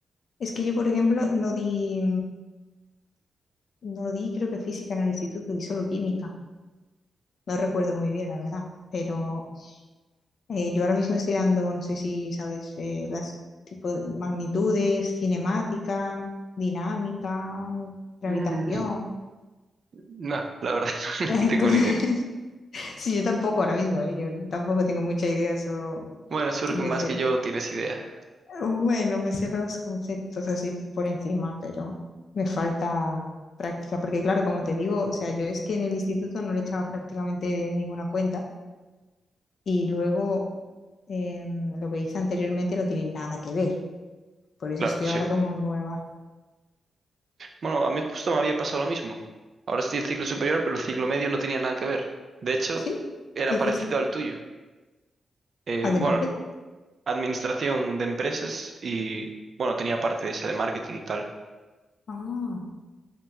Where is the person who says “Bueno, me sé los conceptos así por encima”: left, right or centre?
Left